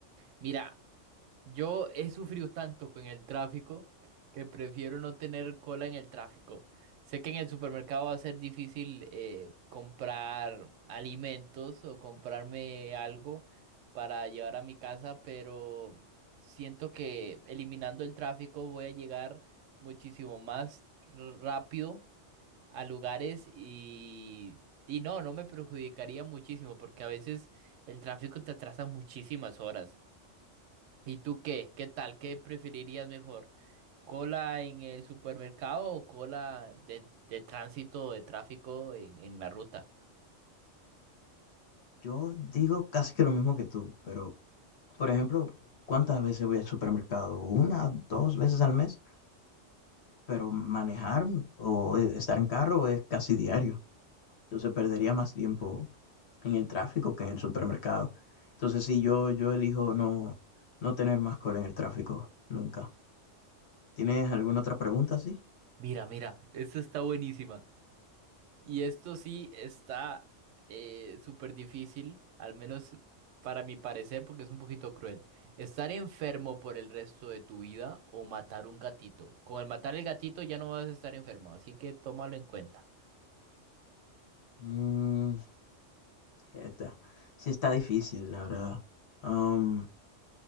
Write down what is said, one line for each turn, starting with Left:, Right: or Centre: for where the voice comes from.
Right: Mira. Yo he sufrido tanto con el tráfico que prefiero no tener cola en el tráfico. Sé que en el supermercado va a ser difícil eh, comprar alimentos o comprarme algo para llevar a mi casa, pero siento que eliminando el tráfico voy a llegar muchísimo más r- rápido a lugares y, y no, no me perjudicaría muchísimo porque a veces el tráfico te atrasa muchísimas horas. ¿Y tú qué? ¿Qué tal? ¿Qué preferirías mejor? ¿Cola en el supermercado o cola de, de tránsito o de tráfico en, en la ruta?
Left: Yo digo casi que lo mismo que tú, pero, por ejemplo, ¿cuántas veces voy al supermercado? Una, dos veces al mes, pero manejar o eh, estar en carro es casi diario, entonces perdería más tiempo en el tráfico que en el supermercado. Entonces sí, yo, yo elijo no, no tener más cola en el tráfico, nunca. ¿Tienes alguna otra pregunta, sí?
Right: Mira, mira, esta está buenísima. Y esto sí está eh, súper difícil, al menos para mi parecer, porque es un poquito cruel. ¿Estar enfermo por el resto de tu vida o matar un gatito? Con el matar el gatito ya no vas a estar enfermo, así que tómalo en cuenta.
Left: Mm, esta. Sí está difícil, la verdad. Am,